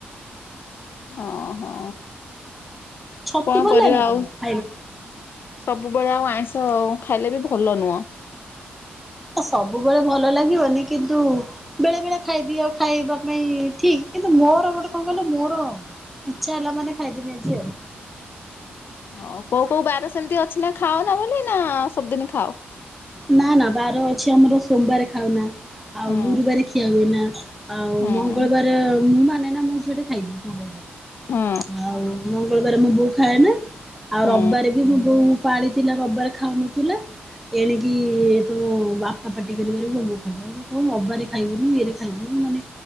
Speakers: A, on the left (about 60°); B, in the centre.
A: ଅ ହଁ
B: ଛତୁ
A: କଣ
B: ଭଲ
A: କରିବା
B: ଲାଗେ ନା
A: ଆଉ।
B: ତମକୁ?
A: ସବୁବେଳେ ଆଉ ଆଇଁଷ ଖାଇଲେ ବି ଭଲ ନୁହଁ।
B: ତ ସବୁବେଳେ ଭଲ ଲାଗିବନି କିନ୍ତୁ ବେଳେ ବେଳେ ଖାଇଦିଅ ଖାଇବା ପାଇଁ ଠିକ କିନ୍ତୁ ମୋର ଗୋଟେ କଣ କହିଲ ମୋର ଇଛା ହେଲାମାନେ ଖାଇଦେମି ଆଜି ଆଉ।
A: ହ କୋଉ କୋଉ ବାର ସେମିତି ଅଛି ନା ଖାଅ ନା ବୋଲି ନା ସବୁଦିନି ଖାଅ?
B: ନା ନା ବାର ଅଛି ଆମର ସୋମବାର ଖାଉନା। ଆଉ
A: ହୁଁ
B: ଗୁରୁବାର ଖିଆ ହୁଏନା ଆଉ
A: ହୁଁ
B: ମଙ୍ଗଳବାରେ ମୁଁ ମାନେ ନା ମୁଁ ଝିଅଟେ ଖାଇଦିଏ ମଙ୍ଗଳବାରେ
A: ହଁ
B: ଆଉ ମ ମଙ୍ଗଳବାରେ ମୋ ବୋଉ ଖାଏନା ଆଉ
A: ହୁଁ
B: ରବବାରେ ବି ମୋ ବୋଉ ପାଳିଥିଲା ରବବାରେ ଖାଉନଥୁଲା ଏଣିକି କି ତୁମ ବାପା ପାଟି କରିବାରେ ମୋ <unintelligible> ଖାଇବୁନୁ ଇଏରେ ଖାଇବୁନୁ ମାନେ